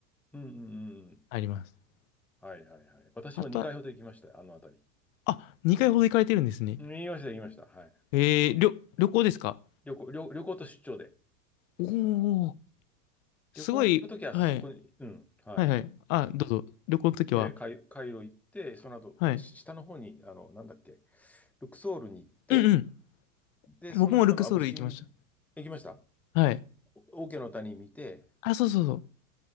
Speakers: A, in the centre; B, on the left.
A: うん、うんうん。
B: あります。
A: はいはいはい。私も2回ほど行きましたよ、
B: あとは、
A: あの辺り。
B: あ、2回ほど行かれてるんですね。
A: 見ました、行きました。はい。
B: えー、旅、旅行ですか
A: 旅行、旅、旅行と出張で。
B: おおー、すごい、
A: 旅行の時はそこに、
B: はい、
A: うん、はい。
B: はいはい。あ、どうぞ。旅行の時は。
A: いや、カイ、カイロ行って、その後、
B: はい。
A: し下の方に、あの、なんだっけ、ルクソールに行って、
B: うんうん。
A: で、
B: 僕もルクソール行きまし
A: その下のアブシン、行きました
B: た。はい。
A: オーケーの谷見て、
B: あ、そうそうそう。